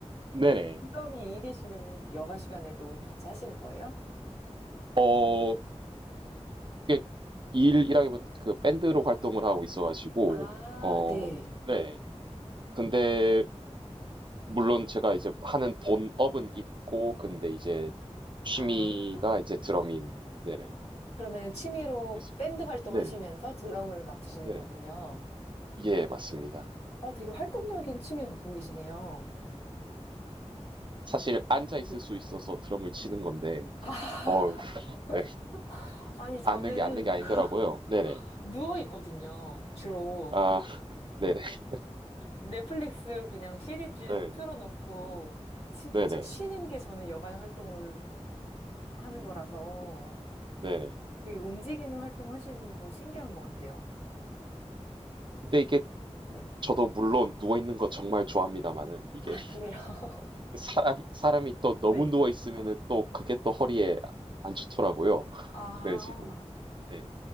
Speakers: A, on the right; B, on the left.
A: 네네.
B: 일업이 일이시면은 여가 시간에도
A: 예.
B: 같이 하시는 거예요?
A: 어, 이게 일이라기보다 그 밴드로 활동을 하고 있어가지고
B: 아,
A: 어,
B: 네.
A: 네. 근데 물론 제가 이제 하는 본업은 있고, 근데 이제 취미가
B: 아,
A: 이제 드러민, 네네.
B: 그러면은 취미로
A: 그
B: 밴드 활동하시면서
A: 네네.
B: 드럼을 맡으시는
A: 네네.
B: 거군요.
A: 예, 맞습니다.
B: 어, 되게 활동적인 취미 갖고 계시네요.
A: 사실 앉아 있을
B: 네.
A: 수 있어서 드럼을 치는 건데,
B: 아,
A: 어우, <laughs> 네,
B: <laughs> 아니 저는
A: 앉는 게 앉는 게 아니더라고요.
B: <laughs>
A: 네네.
B: 누워 있거든요, 주로.
A: 아, <laughs> 네네.
B: 넷플릭스 그냥 시리즈
A: 네.
B: 틀어놓고
A: 음,
B: 진짜
A: 네네.
B: 쉬는 게 저는 여가 활동을 하는
A: 음,
B: 거라서
A: 네네.
B: 되게 움직이는 활동 하시는 거 신기한 것 같아요.
A: 근데 이게
B: 네.
A: 저도 물론 누워 있는 거 정말 좋아합니다만은 이게
B: 아, 그래요? <laughs>
A: <laughs> 사람 사람이 또 너무
B: 네.
A: 누워 있으면은 또 그게 또 허리에 안 좋더라고요.
B: 아,
A: 그래지고 네,